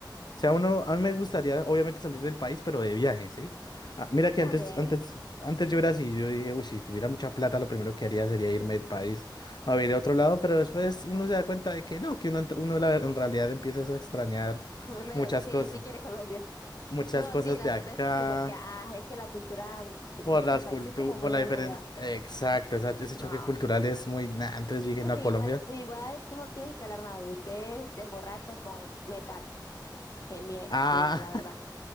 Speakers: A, on the left (about 65°); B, on the left (about 45°).
A: sea, uno, a mí me gustaría, obviamente, salir del país, pero de viaje, ¿sí? Ah, mira que
B: también.
A: antes, antes, antes yo era así, yo dije, uy, si tuviera mucha plata, lo primero que haría sería irme del país a vivir a otro lado, pero después uno se da cuenta de que no, que uno, ent- uno la- en realidad empieza a extrañar
B: <laughs> Uno de
A: muchas
B: verdad sí,
A: cosas,
B: sí quiere Colombia.
A: muchas
B: No,
A: cosas
B: sí, la
A: de
B: verdad
A: acá,
B: es que sí, porque ah, es que la cultura en diferentes
A: por las
B: países
A: cultu
B: es como muy
A: por la
B: aburrida.
A: diferencia. Exacto, o sea, ese choque
B: No.
A: cultural es muy, nah, entonces yo dije,
B: Bueno,
A: no, a
B: igual,
A: Colombia.
B: igual tú no tienes que hablar nada, pero usted se emborracha con metal. Que mie
A: Ah,
B: no, la verdad.